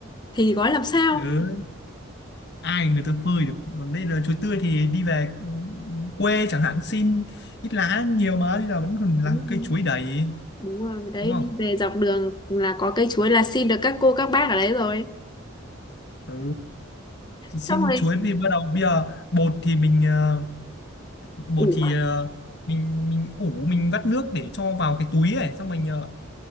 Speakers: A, on the left; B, on the left.
A: thì gói làm sao
B: ừ, ai người ta phơi được còn đây là chuối tươi thì đi về ừ, quê chẳng hạn xin ít lá nhiều mà bây giờ vẫn còn
A: đúng,
B: là cây chuối đầy
A: đúng rồi đấy
B: đúng không
A: đi về dọc đường là có cây chuối là xin được các cô các bác ở đấy rồi
B: ừ thì xin
A: xong rồi
B: chuối thì bắt đầu bây giờ bột thì mình ờ, bột
A: ủ
B: thì
A: à,
B: ờ, mình mình ủ mình vắt nước để cho vào cái túi ấy xong mình ờ,